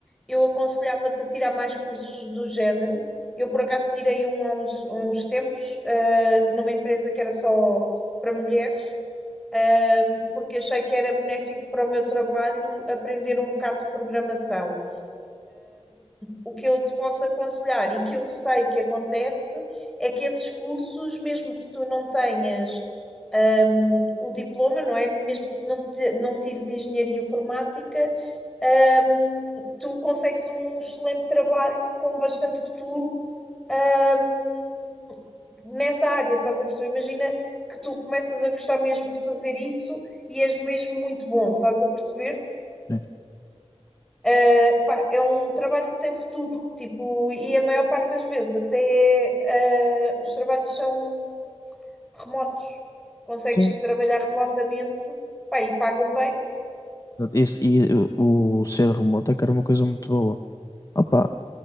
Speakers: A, in the centre; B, on the left.
A: eu aconselhava-te a tirar mais cursos do género. Eu, por acaso, tirei um há uns, uns tempos, eh, numa empresa que era só para mulheres, eh, porque achei que era benéfico para o meu trabalho aprender um bocado de programação. O que eu te posso aconselhar e que eu sei que acontece é que esses cursos, mesmo que tu não tenhas hum, o diploma, não é? Mesmo que não, te- não tires engenharia informática, hum, tu consegues um excelente trabalho com bastante futuro, hum, nessa área, estás a perceber? Imagina que tu começas a gostar mesmo de fazer isso e és mesmo muito bom, estás a perceber?
B: Sim.
A: Ah, Pá, é um trabalho que tem futuro, tipo, e a maior parte das vezes até eh, os trabalhos são remotos. Consegues
B: Sim.
A: trabalhar remotamente, pá, e pagam bem.
B: Esse- e o, o ser remoto é que era uma coisa muito boa. Opa,